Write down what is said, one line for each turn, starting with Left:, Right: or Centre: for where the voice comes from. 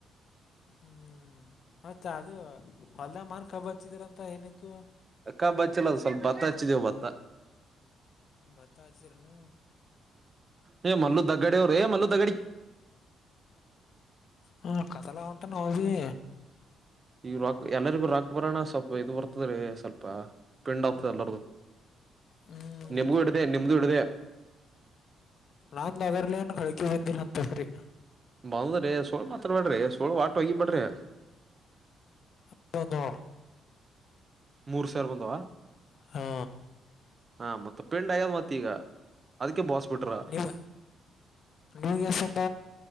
Left: ಹೂ ಮತ್ತೆ ಅದು ಹೊಲ್ದ ಮಾರ್ಕ ಬಚ್ಚಿದಾರಂತ ಏನಾಯ್ತು
Right: ಅಕ್ಕಾಬ್ ಹಚ್ಚಿಲ್ಲ ಸ್ವಲ್ಪ ಭತ್ತ ಹಚ್ಚಿದೇವು ಭತ್ತ
Left: ಭತ್ತ ಹಚ್ಚಿದ್ರನು
Right: ಹೂ ಮಲ್ಲು ದಗಡ ಅವ್ರು ಮಲ್ಲು ದಗಡಿ
Left: ಹ ಕಥೆಲ್ಲ ಉಟ ನ ಇದ
Right: ಈಗ ರಾಕ್ ಎಲ್ಲರಿಗೂ ರಾಕ್ ಬರೋಣ ಸ್ವಲ್ಪ ಇದು ಬರ್ತ ಆಗ್ತದ್ರೀ ಸ್ವಲ್ಪ ಪಿಂಡ್ ಆಗ್ತದೆ ಎಲ್ಲರ್ಗು
Left: ಹ್ಮ್
Right: ನಿಮಗೂ ಇಡದೆ ನಿಮ್ದು ಇಡದೆ
Left: ನಾನ್ ನದರ್ಲನ್ ಳಿಕೆ ಮಂದ ಹಂತಫ್ರರಿ
Right: ಬಂದ್ರಿ ಸೋಳ್ು ಮಾತ್ರಾಬೇಡ್ರಿ ಸೋಳ್ು ವಾಟ ಹೋಗಿಬೇಡ್ರಿ
Left: ಹ ನೋಡ
Right: ಮೂರು ಸಾವಿರ ಬಂದವ
Left: ಹಾ
Right: ಹಾ ಮತ್ತ ಪಿಂಡ್ ಆಯ್ಯದು ಮತ್ತೆ ಈಗ ಅದಕ್ಕೆ ಬಾಸ್ ಬಿಟ್ರ
Left: ಇಲ್ಲ ನ್ಯೂಗೆಸಂದ